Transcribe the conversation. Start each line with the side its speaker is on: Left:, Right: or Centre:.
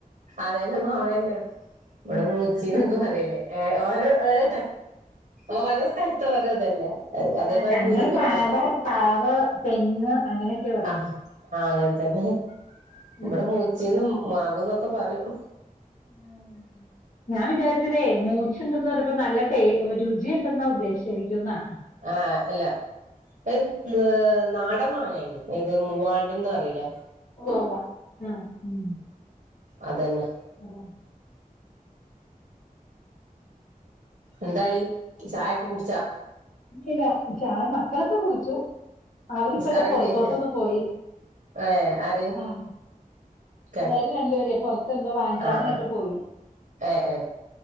Right: അതന്നെ മാവന്നെ ഇവിടെ
Left: ആഹ്
Right: മൂച്ചി എന്നൊക്കെ പറയല് ഏ ഓരോ ഏഹ് ഓരോ സ്ഥലത്തും ഓരോ ഇതല്ലേ അതേപോലെ
Left: ആഹ് ഞങ്ങള്
Right: മുരിങ്ങമരം
Left: മാവ് പ്ലാവ് തെങ്ങ് അങ്ങനെയൊക്കെ പറയന്നെ
Right: ആഹ് ആഹ് അങ്ങൻതന്നെ ഇവിടെ
Left: ഉം.
Right: മൂച്ചീന്നും മാവുന്നൊക്കെ പറയും
Left: ഉം ഞാൻ വിചാരിച്ചതേ മൂച്ചുണ്ടന്ന് പറഞ്ഞപ്പ നല്ല ട്ടെ രുചി ഉണ്ടെന്ന ഉദ്ദേശിച്ചായിരിക്കും എന്നാ
Right: ആഹ് അല്ല ന്ത്‌ ന്ന് നാടൻ മാങ്ങാണ് ഏത് മൂവാണ്ടൻന്ന് പറിയിലേ
Left: ഉവ് ഉവ ആഹ് ഉം
Right: അതന്നെ
Left: അതെ
Right: എന്തായി ചായൊക്കെ കുടിച്ചാ
Left: ഇല്ലില്ല ചായ മക്കളൊക്കെ കുടിച്ചു അവരിപ്പതെ
Right: നിസ്കാരൊക്കെ
Left: പുറത്തോട്ടൊന്ന്
Right: കഴിഞ്ഞ
Left: പോയി
Right: ഏ ആര്
Left: ആഹ്
Right: ക്കെ
Left: പിള്ളേര് രണ്ടുപേര് പെർത്തെന്തോ വാങ്ങിക്കാനായിട്ട്
Right: ആ ആ
Left: പോയി
Right: ഏ ഏ